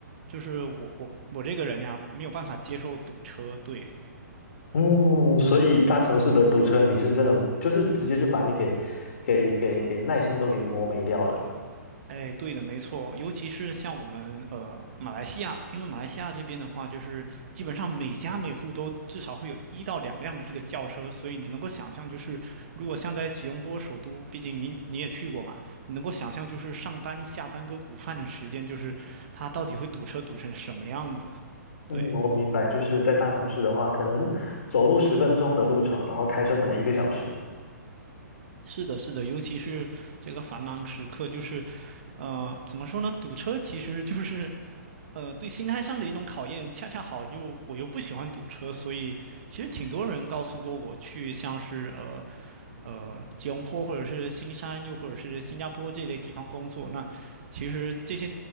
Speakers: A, on the right; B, on the left.
A: 就是我我我这个人呀，没有办法接受堵车，对。
B: 嗯，所以大城市的堵车，你是真的就是直接就把你给给给给耐心都给磨没掉了。
A: 哎，对的，没错，尤其是像我们呃马来西亚，因为马来西亚这边的话，就是基本上每家每户都至少会有一到两辆的这个轿车，所以你能够想象，就是如果像在吉隆坡首都，毕竟你你也去过嘛，你能够想象就是上班、下班跟午饭的时间，就是它到底会堵车堵成什么样子？
B: 嗯，
A: 对，
B: 我明白，就是在大城市的话，可能走路十分钟的路程，然后开车可能一个小时。
A: 是的，是的，尤其是这个繁忙时刻，就是。呃，怎么说呢？堵车其实就是呃，对心态上的一种考验，恰恰好又我又不喜欢堵车，所以其实挺多人告诉过我去像是呃呃吉隆坡或者是新山，又或者是新加坡这类地方工作。那其实这些